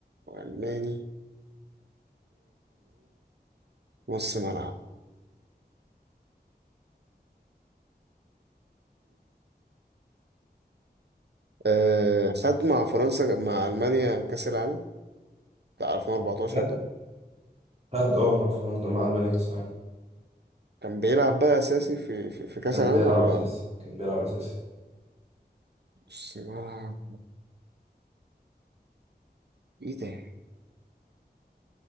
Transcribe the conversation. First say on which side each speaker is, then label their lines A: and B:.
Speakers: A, on the right (about 75°); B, on the right (about 35°).
A: وألماني نص ملعب آه خد مع فرنسا مع ألمانيا كأس العالم بتاع 2014
B: خد
A: ده
B: خد اه مع فرنسا مع المانيا كاس
A: كان بيلعب بقى أساسي في في, في كأس
B: كان
A: العالم
B: بيلعب
A: ولا
B: اساسي كان بيلعب اساسي
A: نص ملعب إيه ده